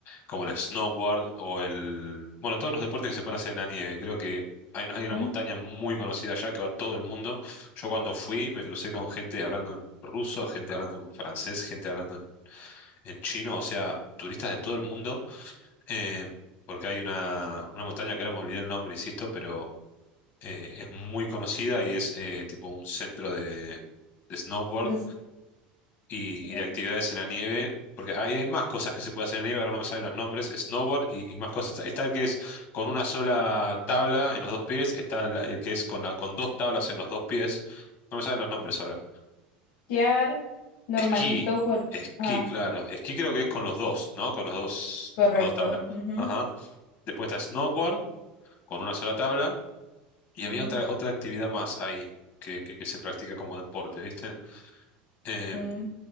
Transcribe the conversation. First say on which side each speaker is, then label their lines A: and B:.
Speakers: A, on the left; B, on the left.
A: como el snowboard o el... Bueno, todos los deportes que se pueden hacer en la nieve. Creo que hay una, hay una
B: ¿Mm?
A: montaña muy conocida allá que va todo el mundo. Yo cuando fui me crucé con gente hablando en ruso, gente hablando en francés, gente hablando en, en chino, o sea, turistas de todo el mundo. eh, porque hay una, una montaña que ahora me olvidé el nombre, insisto, pero eh, es muy conocida y es eh, tipo un centro de, de snowboard
B: Entonces,
A: y,
B: como
A: y de actividades en la nieve, porque ahí hay más cosas que se puede hacer en la nieve, ahora no me salen los nombres, snowboard y, y más cosas. Está el que es con una sola tabla en los dos pies, está la- el que es con, la, con dos tablas en los dos pies, no me salen los nombres ahora.
B: quedar normalito
A: Esquí,
B: con...
A: esquí,
B: Ah,
A: claro. Esquí creo que es con los dos, ¿no? Con los dos,
B: correcto.
A: las dos tablas.
B: ujú,
A: Ajá. Después está snowboard con una sola tabla. Y
B: ujú,
A: había otra, otra actividad más ahí que, que, que se practica como deporte, ¿viste? Eh,
B: mm,